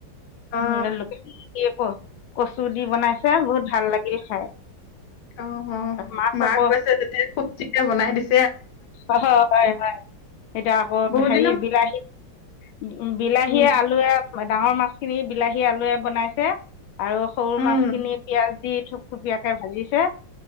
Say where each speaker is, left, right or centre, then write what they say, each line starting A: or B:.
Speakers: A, on the left; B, on the left.
A: অ
B: লোকেল মূৰ্গী আক' কচু দি বনাইছে বহুত ভাল লাগিলি খাই।
A: অ' অ'
B: মাছ
A: মাক
B: আকৌ
A: কৈছে যেতিয়া ফূৰ্তিতে বনাই দিছো।
B: অ' হ' হয় হয় এতিয়া আকৌ
A: বহুত
B: হেৰি
A: দিনৰ
B: বিলাহী উ বিলাহী
A: উম
B: আলুৱে ডাঙৰ মাছখিনি বিলাহী আলুৱে বনাইছে আৰু সৰু
A: উম
B: মাছ খিনি পিয়াজ দি থুপথুপিয়াকে ভাজিছে